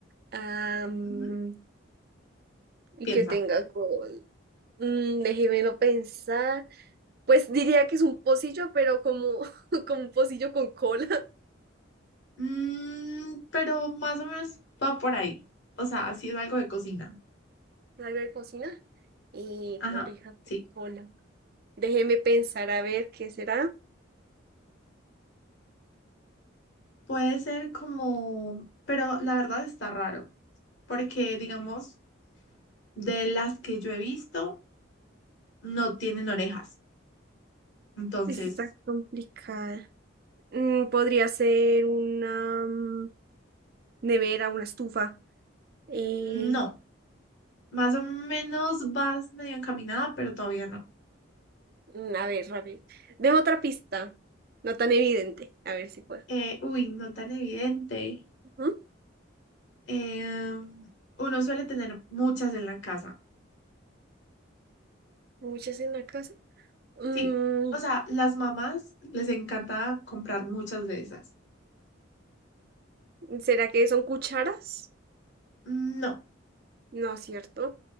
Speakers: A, on the right; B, on the left.
A: am,
B: Ujú,
A: y
B: Piensa.
A: que tenga col. Mm, déjemelo pensar. Pues diría que es un pocillo, pero como, <laughs> como un pocillo con cola. <laughs>
B: Mm, pero más o menos va por ahí. O sea, sí es algo de cocina.
A: Algo de cocina. Y
B: Ajá,
A: orejas
B: sí.
A: con cola. Déjeme pensar a ver qué será.
B: Puede ser como, pero la verdad está raro, porque digamos, de las que yo he visto, no tienen orejas. Entonces,
A: Es que está complicada. Mm, podría ser una mm, nevera, una estufa. Eh,
B: no. Más o menos vas medio encaminada, pero todavía no.
A: mm, a ver, a ver. Deme otra pista. No tan evidente. A ver si puedo.
B: Eh, uy, no tan evidente.
A: Ujú.
B: Em, uno suele tener muchas en la casa.
A: Muchas en la casa. Mm,
B: Sí, o sea, las mamás les encanta comprar muchas de esas.
A: ¿será que son cucharas?
B: No,
A: No, ¿cierto?